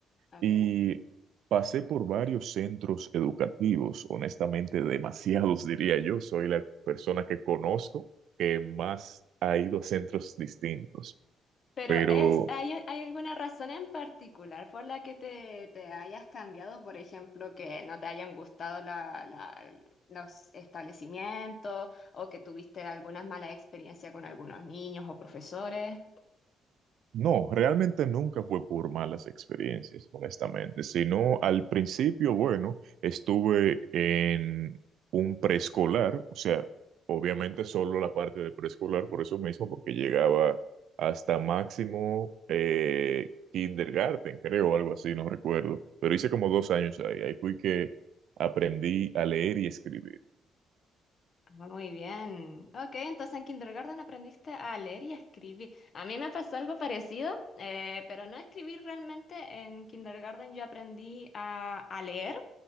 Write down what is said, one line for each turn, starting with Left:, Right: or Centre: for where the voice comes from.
Left: Ok.
Right: Y pasé por varios centros educativos, honestamente demasiados <laughs> diría yo. Soy la persona que conozco que más ha ido a centros distintos,
Left: Pero
Right: pero
Left: es, ¿hay, hay alguna razón en particular por la que te, te hayas cambiado? Por ejemplo, que no te hayan gustado la- la- los establecimientos o que tuviste algunas malas experiencias con algunos niños o profesores.
Right: No, realmente nunca fue por malas experiencias, honestamente, sino al principio, bueno, estuve en un preescolar, o sea, obviamente solo la parte de preescolar, por eso mismo, porque llegaba hasta máximo eh, kindergarten, creo, algo así, no recuerdo, pero hice como dos años ahí, ahí fui que aprendí a leer y escribir.
Left: Ah, Muy bien. Ok, entonces en kindergarten aprendiste a leer y a escribir. A mí me pasó algo parecido, eh, pero no a escribir realmente. En kindergarten yo aprendí a a leer.